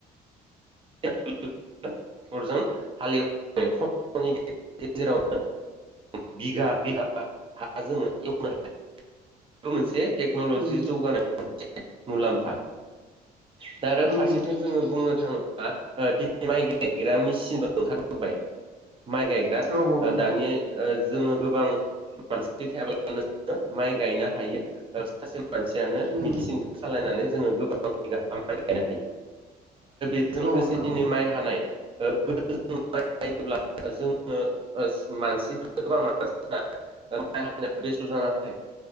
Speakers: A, on the right; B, on the right.
A: <inaudible> थरजों <unintelligible> बिगा बिगा हा जोङो एवनो हायो बे मोनसे टेक्न'लजि
B: उम
A: जौगानाय मोनसे मुलाम्फा दा आरो
B: उम
A: फारसेथिं
B: उम
A: जोङो बुंनो थाङो <unintelligible> दिनै माइ गायग्रा मेसिनखौ ओंखारबोबाय। माइ गायग्रा
B: औ नोंथां
A: दानि ओ जोङो गोबां मानसि थायाब्लानो जोङो माइ गायनो हायो सासे मानसियानो
B: उम
A: मेचिनखौ सालायनानै जोङो गोबां बिगा <unintelligible> हा माइ गायनो हायो। जों लोगोसे
B: औ नोंथां
A: दिनै
B: औ
A: माइ हानाय ओ गोदो जों <unintelligible> <unintelligible> <unintelligible> बेसथ जानानै थायो।